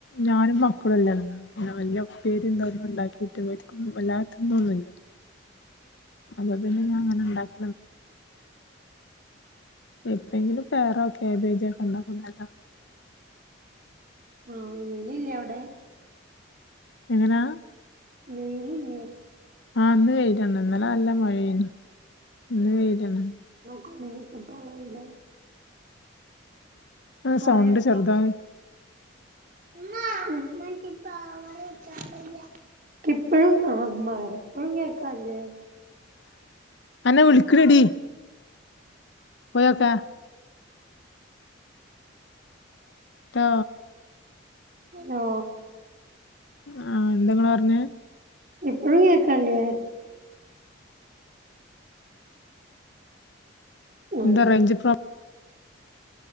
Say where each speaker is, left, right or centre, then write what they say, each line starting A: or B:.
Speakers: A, on the left; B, on the right.
A: ഞാനും മക്ക നല്ല ഉപ്പേരിം തൊന്നും ണ്ടാക്കിയിട്ട് ഇവർക് വല്ലാത്തിന്നൊന്നുല്ല്യ അപ്പൊ പിന്നങ്ങനടാക്ക എപ്പഴെങ്കിലും പയറോ കേബേജൊക്കെണ്ടാക്കുന്നല്ല
B: ആഹ വിനുല്ല്യേ അവിടെ
A: എങ്ങനെ
B: വെയ്ല് ല്ലേ
A: ആഹ് ഇന്ന് വെയിലെന്ന് ഇന്നലെ നല്ല മഴേനി ഇന്ന് വെയിലെന്ന്
B: ക്കണ സട്ടാല വല്ല <inaudible>
A: ആ
B: കൊറേ
A: സൗണ്ട്
B: സ
A: ചെറുതായി
B: <inaudible> മ്മാ മണ്ടിപ്പോ ഇവടെ സ്ഥലല്ല്യ ഇപ്പഴും ആ ഇപ്പഴും കേക്കാല്ലേ
A: അനെ വിളിക്കണടി പോയക്കെ ആ
B: ഹലോ
A: ആഹ എന്തെങ്ങാ പറഞ്ഞത്
B: ഇപ്പളും കേക്കല്ല്യെ ആഹ്
A: എന്ത റേഞ്ച് പ്ര